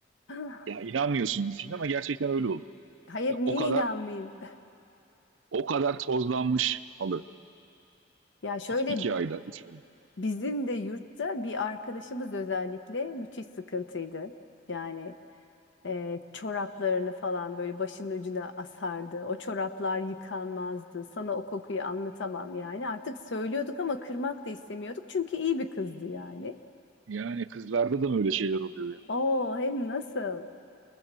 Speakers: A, on the left; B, on the right.
A: <sighs>
B: Ya inanmıyorsun şimdi ama gerçekten öyle oldu.
A: Hayır
B: Ya o
A: niye
B: kadar
A: inanmayayım?
B: o kadar tozlanmış halı.
A: Ya şöyle
B: İki, iki ayda, üç ayda.
A: bizim de yurtta bir arkadaşımız özellikle müthiş sıkıntıydı. Yani e, çoraplarını falan böyle başının ucuna asardı. O çoraplar yıkanmazdı. Sana o kokuyu anlatamam yani. Artık söylüyorduk ama kırmak da istemiyorduk. Çünkü iyi bir kızdı yani.
B: Yani kızlarda da mı öyle şeyler oluyor ya.
A: Oo hem nasıl?